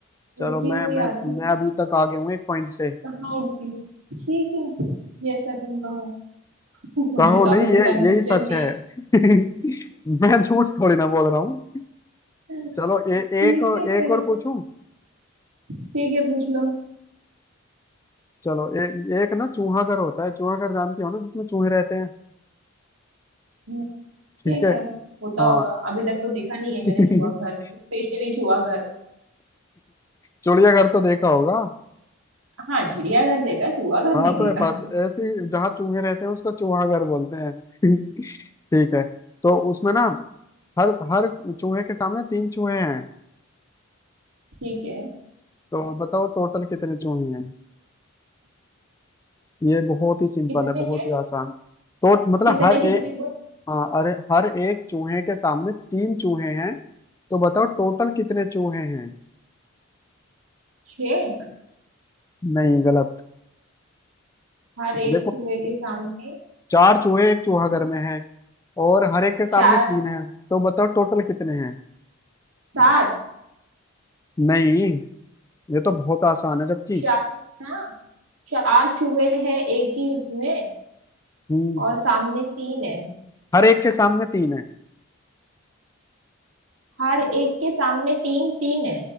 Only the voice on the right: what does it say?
उड़ती
हुई
आती है
कहाँ उड़ती है ठीक है जैसा तुम कहो <laughs>
मुझे तो अभी
भी कंफ्यूजन
नहीं
है
<laughs>
ठीक
है चलो
ठीक है पूछ लो
हम्म,
ठीक
है होता
होगा अभी तक तो देखा नहीं
है मैंने चूहा घर स्पेशली चूहा घर
हाँ चिड़ियाघर देखा है, चूहा घर
नहीं देखा
ठीक है
कितने
हैं
कितने
कितने
बोल
छह
हर एक
चूहे के सामने
तीन,
चार
सात
चार ना चार चूहे हैं एक ही उसमें
और सामने तीन है
हर एक के सामने तीन तीन है